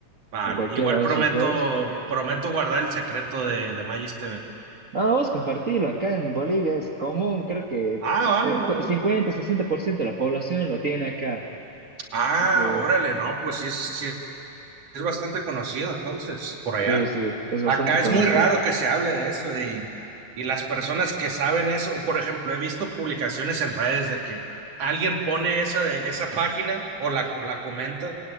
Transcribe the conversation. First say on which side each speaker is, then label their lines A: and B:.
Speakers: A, on the right; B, on the right.
A: Vale,
B: En cualquiera
A: igual
B: de
A: prometo
B: esos dos.
A: prometo guardar el secreto de de Magis TV.
B: No, no, vos compartilo, acá en Bolivia es común, creo que
A: Ah,
B: se-
A: vale, órale.
B: cu- cincuenta, sesenta por ciento de la población lo tiene acá.
A: Ah,
B: Así que
A: órale, no, pues sí, es- sí es bastante conocido entonces por allá.
B: sí, sí, es bastante
A: Acá
B: conocido.
A: es muy raro que se hable de eso y, y las personas que saben eso, por ejemplo, he visto publicaciones en redes de que alguien pone esa, de- esa página o la, la comenta